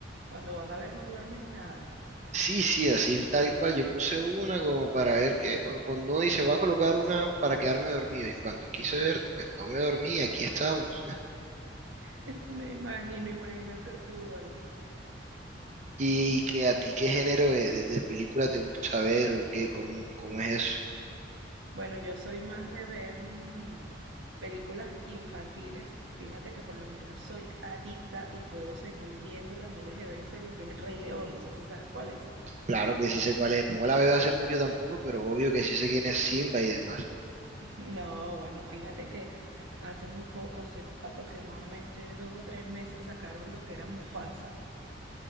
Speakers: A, on the right (about 75°); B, on the right (about 35°).
A: cuando vas a ver no duermes nada.
B: Sí, sí, así tal cual. Yo puse una como para ver que cuando, cuando uno dice voy a colocar una para quedarme dormido y cuando quise ver, pues no me dormí y aquí estamos.
A: <laughs> Me imagino, imagínate tú, vale.
B: ¿Y que a ti qué género de, de- de película te gusta ver o qué? ¿Cómo, cómo es eso?
A: Bueno, yo soy más de ver mm, películas infantiles. Fíjate que por lo menos soy adicta y puedo seguir viéndola miles de veces, lo que es El Rey León. No sé si sabes cuál es.
B: Claro que sí sé cuál es. No la veo hace mucho tampoco, pero obvio que sí sé quién es Simba y demás.
A: <laughs> No, bueno, fíjate que hace muy poco, hace aproximadamente dos o tres meses, sacaron lo que era Mufasa